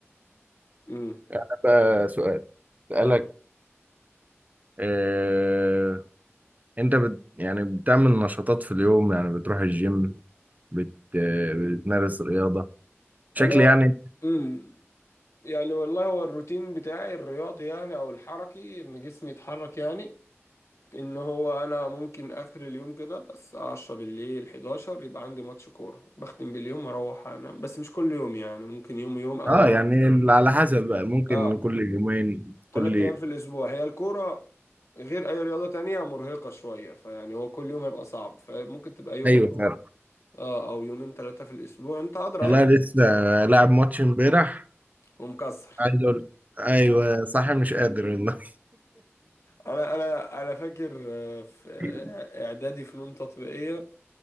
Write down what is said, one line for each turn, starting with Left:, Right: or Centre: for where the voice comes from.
Left: امم
Right: ده بقى سؤال سألك
Left: اتفضل
Right: آه، انت بت يعني بتعمل نشاطات في اليوم يعني بتروح الجيم بت آه، بتمارس رياضة بشكل
Left: انا
Right: يعني
Left: امم يعني والله هو الروتين بتاعي الرياضي يعني او الحركي ان جسمي يتحرك يعني ان هو انا ممكن اخر اليوم كده الساعة 10 بالليل 11 يبقى عندي ماتش كورة بختم باليوم واروح انام بس مش كل يوم يعني ممكن يوم يوم او
Right: اه يعني على حسب بقى ممكن
Left: اه
Right: كل يومين
Left: تلات
Right: كل
Left: ايام في الاسبوع هي الكورة غير اي رياضة تانية مرهقة شوية فيعني هو كل يوم هيبقى صعب فممكن تبقى يوم
Right: ايوه
Left: ويوم
Right: فعلا
Left: اه او يومين ثلاثة في الاسبوع انت ادرى
Right: والله
Left: يعني
Right: لسه لاعب ماتش امبارح
Left: ومكسر
Right: عايز اقول ايوه صح مش قادر والله
Left: انا انا انا فاكر آه، في آه،
Right: <laughs>
Left: اعدادي فنون تطبيقية